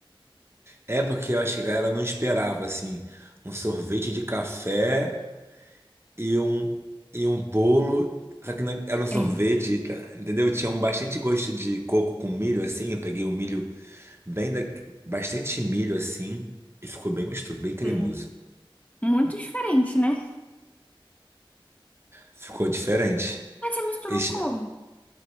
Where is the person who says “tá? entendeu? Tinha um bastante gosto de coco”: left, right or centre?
Right